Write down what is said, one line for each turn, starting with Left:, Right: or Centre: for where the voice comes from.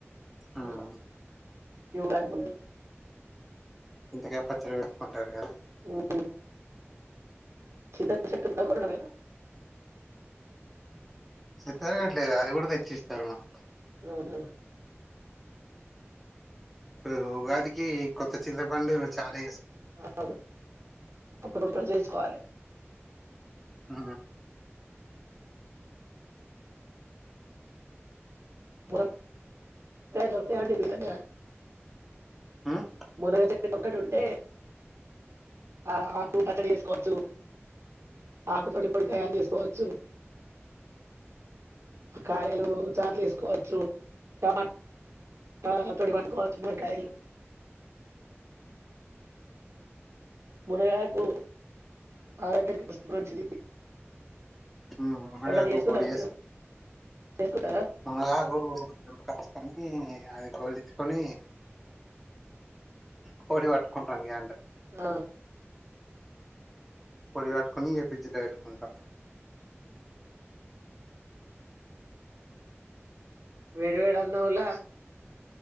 Right: ఇప్పుడు
Centre: ఉమ్
Right: ఇవ్ గల్పొద్దు
Centre: చింతకాయ పచ్చడి పెట్టుకుంటరుగా
Right: ఊ హూ చింత చెట్టుందా కొన్నడా మీయన్న
Centre: చెత్తగాట్లేదు అది కూడా తెచ్చిస్తరు మాకు
Right: వొద్దన్న
Centre: ప్పు ఉగాదికీ కొత్త చింతపండు చారే
Right: <unintelligible> ఒక్క రొట్టల్ జేసుకోవాలె
Centre: ఆ
Right: <unintelligible> దొరుకతాయాండీ మీ దగ్గర
Centre: ఉమ్
Right: ముూనగ చెట్టు ఒక్కటుంటే ఆ ఆకు పచ్చడి చేసుకోవచ్చు ఆకుతోటి పొడి తయారు చేసుకోవచ్చు కాయలూ చార్లేసుకోవచ్చు టమా ఆ వాటి తోడి వండుకోవచ్చు ములక్కాయలు మునగాకూ ఆరోగ్యానికి మంచిది
Centre: ఉమ్ మునగాకు
Right: ఎప్పుడన్న చేసుకున్నారా
Centre: పొడి
Right: మీరు చేసుకుంటరా
Centre: నాకెవలొండుతరు కొనుక్కచుకనీ అయి గోలిచ్చుకొనీ పొడి పట్టుకుంట ఇగ
Right: ఆ
Centre: పొడి పట్టుకొనీ ఇగ ఫ్రిడ్జి ల పెట్టుకుంట
Right: వేడివేడి అన్నంల